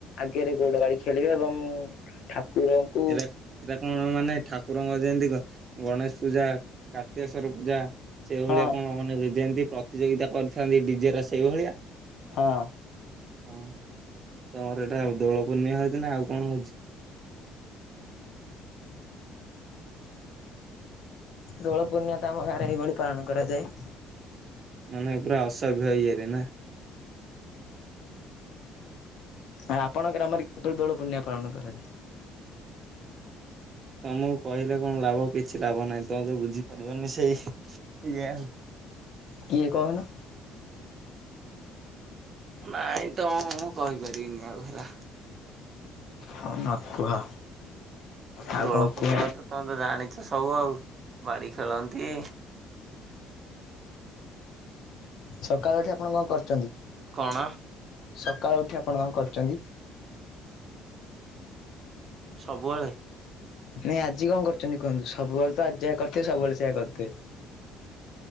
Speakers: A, on the left (about 65°); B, on the right (about 35°).
A: ଆଗରେ ଗୌଡ ବାଡି ଖେଳିବେ ଏବଂ ଠାକୁରଙ୍କୁ
B: ଏରା ଏଇଟା କଣ ମାନେ ଠାକୁରଙ୍କ ଯେମିତି କ ଗଣେଶ ପୂଜା କାର୍ତ୍ତିକେଶ୍ୱର ପୂଜା ସେଇଭଳିଆ
A: ହଁ
B: କଣ ମାନେ ଯେମିତି ପ୍ରତିଯୋଗିତା କରିଥାନ୍ତି ଡିଜେ ର ସେଇଭଳିଆ?
A: ହଁ।
B: ହଁ। ତମର ଏଇଟା ଦୋଳ ପୂର୍ଣ୍ଣିମା ହଉଛି ନା ଆଉ କଣ ହଉଛି?
A: ଦୋଳ ପୂର୍ଣ୍ଣିମା ଟା ଆମ ଗାଁରେ ଏହିଭଳି ପାଳନ କରାଯାଏ।
B: ମାନେ ପୁରା ଅସଭ୍ୟ ଇଏରେ ନା?
A: ଭାଇ ଆପଣ ଗ୍ରାମରେ କିପରି ଦୋଳ ପୂର୍ଣ୍ଣିମା ପାଳନ କରାଯାଏ?
B: ତମକୁ କହିଲେ କଣ ଲାଭ କିଛି ଲାଭ ନାହିଁ ତମେ ତ ବୁଝିପାରିବନି ସେଇ ଇଆ
A: କିଏ କହୁନ?
B: ନାଇଁ ତ ମୁଁ କହିପାରିବିନି ଆଉ ହେରା।
A: ହଁ ନ କୁହ। ଆଉ
B: ଦୋଳ
A: କଣ
B: ପୂର୍ଣ୍ଣିଆ
A: କୁହ?
B: ତ ତମେ ତ ଜାଣିଛ ସବୁ ଆଉ ବାଡି ଖେଳନ୍ତି।
A: ସକାଳୁ ଉଠି ଆପଣ କଣ କରିଚନ୍ତି
B: କଣ
A: ସକାଳୁ ଉଠି ଆପଣ କଣ କରିଚନ୍ତି?
B: ସବୁବେଳେ
A: ନାଇଁ ଆଜି କଣ କରିଚନ୍ତି କୁହନ୍ତୁ? ସବୁବେଳେ ତ ଆଜି ଯା କରିଥିବେ ସବୁବେଳେ ସେଇଆ କରିଥିବେ।